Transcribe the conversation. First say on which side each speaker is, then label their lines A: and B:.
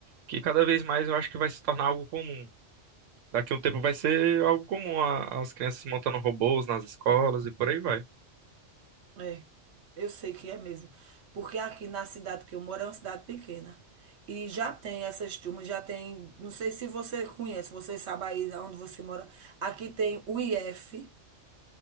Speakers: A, on the right; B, on the right.
A: que cada vez mais eu acho que vai se tornar algo comum. Daqui a um tempo vai ser algo comum a- as crianças montando robôs nas escolas e por aí vai.
B: É, eu sei que é mesmo. Porque aqui na cidade que eu moro é uma cidade pequena. E já tem essas turmas, já tem. Não sei se você conhece, você sabe aí onde você mora. Aqui tem o IF